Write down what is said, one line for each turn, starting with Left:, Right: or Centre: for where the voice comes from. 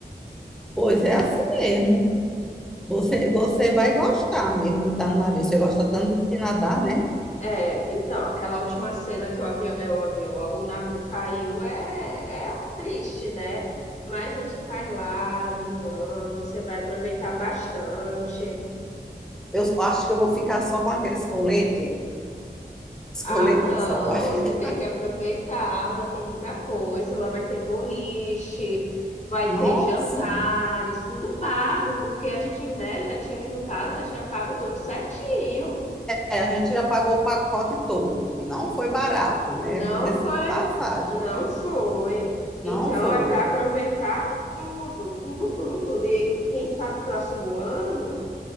Centre: Pois é assim mesmo. Você, você vai gostar mesmo de estar no navio. Você gosta tanto de nadar, né?
Left: É, então, aquela última cena que o avião, é, o avião, ó, o navio caiu é, é triste, né? Mas a gente vai lá lidando, você vai aproveitar bastante.
Centre: Eu acho que eu vou ficar só com aqueles colete, esse
Left: Ah,
Centre: colete
Left: não,
Centre: de salvar a vida.
Left: você tem que aproveitar. Lá tem muita coisa. Lá vai ter boliche, vai
Centre: Nossa!
Left: ter jantares, tudo pago, porque a gente, né, já tinha juntado, já tinha pago tudo certinho.
Centre: É, a gente já pagou o pacote todo, que não foi barato, né?
Left: Não
Centre: Diga-se
Left: foi,
Centre: de passagem.
Left: não foi. Então
Centre: Não foi.
Left: é para aproveitar tudo, tudo, tudo, tudo. E, e quem sabe próximo ano